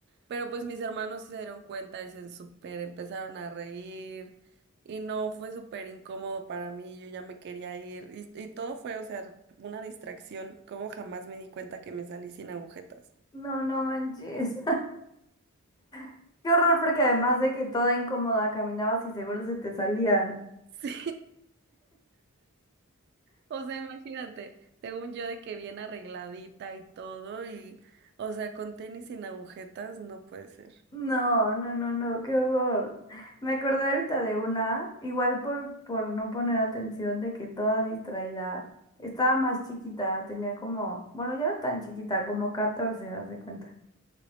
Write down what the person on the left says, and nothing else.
no, no manches. <laughs> Qué horror, porque además de que toda incómoda caminabas y seguro se te salían.
No, no, no, no, qué horror. Me acordé ahorita de una, igual por, por no poner atención de que toda distraída. Estaba más chiquita, tenía como, bueno, ya no tan chiquita, como 14, haz de cuenta.